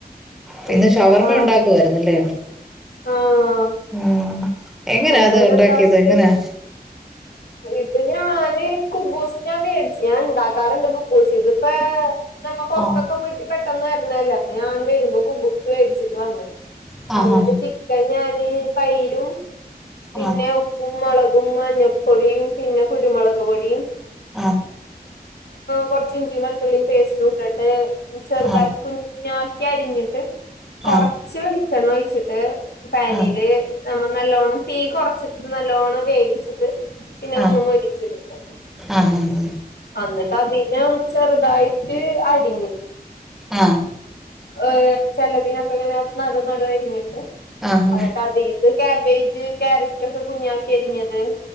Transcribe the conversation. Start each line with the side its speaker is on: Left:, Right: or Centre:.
Centre: പിന്നെ
Left: പിന്നെന്താ
Centre: ഷവർമ്മ ഉണ്ടാക്കുവായിരുന്നല്ലേ?.
Left: ആഹ്
Centre: ആ എങ്ങനെയ
Left: അവിടെന്ന്
Centre: അത് ഉണ്ടാക്കിയത്
Left: എന്താ ഫുഡ്
Centre: എങ്ങനാ
Left: ഇത് ഞാന് കുബൂസ് ഞാൻ മേടിച്ചു ഞാൻ ഉണ്ടാക്കാറുണ്ട്, കുബൂസ് ഇതിപ്പോ നമ്മ പുറത്തൊക്കെ
Centre: ആഹ്
Left: പോയിട്ട് പെട്ടെന്ന് വരണല്ലേ, അപ്പ ഞാൻ വരുമ്പോ കുബുസ് മേടിച്ചിട്ട് വന്നു.
Centre: ആഹ്
Left: എന്നിട്ട് ചിക്കൻ ഞാന് തൈരും പിന്നെ
Centre: ആഹ്
Left: ഉ ഉപ്പു, മുുളകും, മഞ്ഞൾപ്പൊടിയും, പിന്നെ കുരുമുളക് പൊടിയും.
Centre: ആഹ്
Left: കൊറച്ച് ഇഞ്ചിയും വെളത്തുള്ളിയും പേസ്റ്റ് ഇട്ടിട്ട് ചെറുതാക്കി
Centre: ആഹ് ആഹ്
Left: കുഞ്ഞ് കുഞ്ഞായി അരിഞ്ഞിട്ട് കൊറച്ച്
Centre: ആഹ്
Left: വെളിച്ചെണ്ണ ഒഴിച്ചിട്ട് പാനില്
Centre: ആഹ്
Left: നമ്മ നല്ലോണ്ണം തീ കുറച്ചിട്ട്, നല്ലോണ്ണം വേവിച്ചിട്ട്, പിന്നെ
Centre: ആഹ് ആഹ്
Left: ഒന്നും മൊരിച്ചെടുത്ത്.
Centre: ആഹ് ഹ
Left: എന്നിട്ട് അതിനെ ഒന്ന് ചെറുതായിട്ട് അരിഞ്ഞ്
Centre: ആഹ്
Left: ഏഹ് ചിലതിനൊക്കെ ഇങ്ങനെ നടനടുരിഞ്ഞിട്ട്
Centre: ആഹ്
Left: എന്നിട്ട് അത് ഇത് കാബേജ്, കരറ്റ് ഒക്കെ കുഞ്ഞ് ആക്കി അരിഞ്ഞത്.